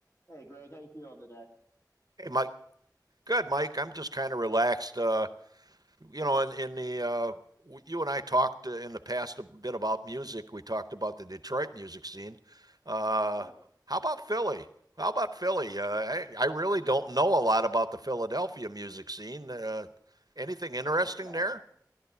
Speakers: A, on the left; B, on the right.
A: Hey Greg, how you feeling today?
B: Hey, Mike. Good, Mike. I'm just kind of relaxed. Uh, you know, in, in the uh, w- you and I talked uh, in the past a bit about music. We talked about the Detroit music scene. Uh,
A: Good.
B: how about Philly? How about Philly? Uh, I, I really don't know a lot about the Philadelphia music scene. Uh, anything interesting
A: Yeah.
B: there?